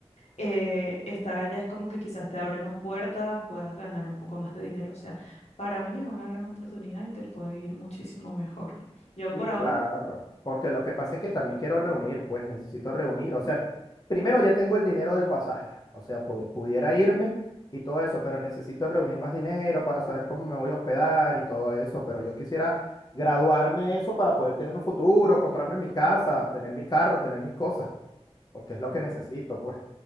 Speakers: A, on the left; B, on the left.
A: eh, estar allá es como que quizás te abre más puertas, puedas ganar un poco más de dinero. O sea, para mí es una gran oportunidad y te puede ir muchísimo mejor. Yo
B: Sí,
A: por ahora,
B: claro, porque lo que pasa es que también quiero reunir, pues necesito reunir, o sea, primero ya tengo el dinero del pasaje, o sea, pu- pudiera irme y todo eso, pero necesito reunir más dinero para saber cómo me voy a hospedar y todo eso, pero yo quisiera graduarme eso para poder tener un futuro, comprarme mi casa, tener mi carro, tener mis cosas, porque es lo que necesito, pues.